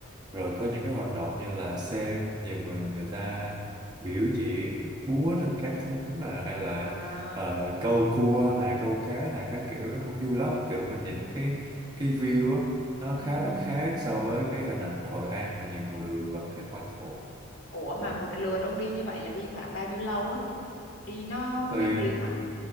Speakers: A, on the right; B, on the left.
A: rồi có những cái hoạt động như là xem nhiều người người ta biểu diễn búa trên các thúng nè hay là
B: À.
A: ờ, câu cua này câu cá này các kiểu nó cũng vui lắm kiểu mình nhìn cái cái view á nó
B: Ừm.
A: khá là khác so với cái hình ảnh Hội An mà nhiều người vẫn hay quen thuộc
B: Ủa mà
A: ờ.
B: một lượt ông đi như vậy là đi khoảng bao nhiêu lâu á? Đi nó mấy
A: thì
B: tiếng hả?